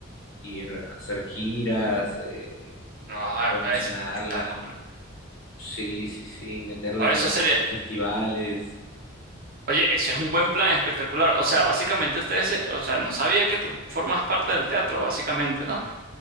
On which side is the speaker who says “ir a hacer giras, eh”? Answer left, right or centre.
Left